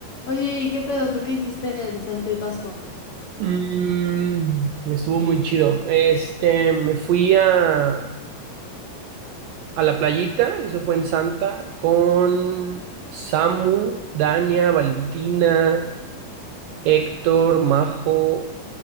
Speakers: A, on the left; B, on the right.
A: Oye, ¿y qué pedo? ¿Tú qué hiciste en Santa y Pascua?
B: Mm, estuvo muy chido. Este, me fui a, a la playita, eso fue en Santa, con Samu, Dania, Valentina, Héctor, Majo,